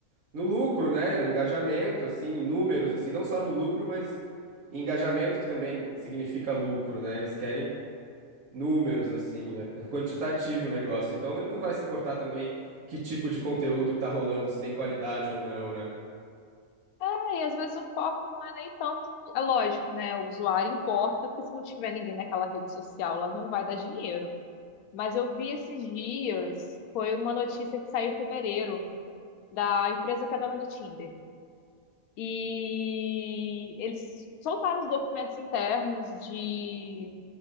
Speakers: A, on the right; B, on the left.
A: no lucro, né? No engajamento, assim, em números, assim, não só no lucro, mas em engajamento, que também significa lucro, né? Eles querem números, assim, é é quantitativo o negócio. Então ele não vai se importar também que tipo de conteúdo que tá rolando, se tem qualidade ou não, né?
B: É, e às vezes o foco não é nem tanto no... É lógico, né? O usuário importa, porque se não tiver ninguém naquela rede social, ela não vai dar dinheiro. Mas eu vi esses dias, foi uma notícia que saiu em fevereiro, da empresa que é dona do Tinder. E eles soltaram os documentos internos de,